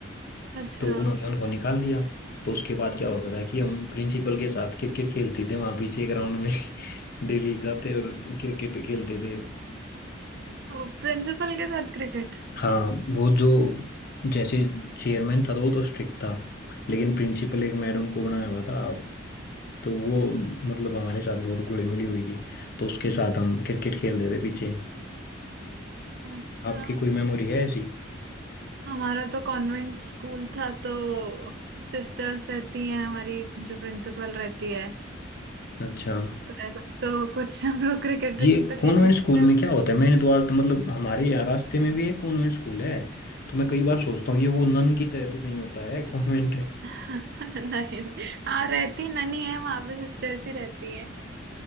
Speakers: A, on the right (about 60°); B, on the left (about 50°).
A: अच्छा
B: तो उन्होंने उनको निकाल दिया तो उसके बाद क्या होता था कि हम प्रिंसिपल के साथ क्रिकेट खेलते थे वहाँ पीछे ग्राउंड में <laughs> डेली जाते और क्रिकेट खेलते थे
A: वो प्रिंसिपल के साथ क्रिकेट
B: हाँ वो जो जैसे चेयरमैन था तो वो तो स्ट्रिक्ट था लेकिन प्रिंसिपल एक मैडम को बनाया हुआ था तो वो मतलब हमारे साथ बहुत घुली मिली हुई थी तो उसके साथ हम क्रिकेट खेलते थे पीछे
A: अच्छा
B: आपकी कोई मेमोरी है ऐसी
A: हमारा तो कॉन्वेंट स्कूल था तो सिस्टर्स रहती हैं हमारी जो प्रिंसिपल रहती है
B: अच्छा
A: तो ऐसा तो कुछ हम लोग क्रिकेट
B: ये
A: क्रिकेट तो
B: कॉन्वेंट
A: खेल नहीं सकते
B: स्कूल में क्या होता है मैंने तो आज तो मतलब हमारे यहाँ रास्ते में भी एक कॉन्वेंट स्कूल है तो मैं कई बार सोचता हूँ ये वो नन की तरह तो नहीं होता है कॉन्वेंट
A: <laughs> नहीं नहीं। हाँ रहती ननी है वहां पे सिस्टर्स ही रहती हैं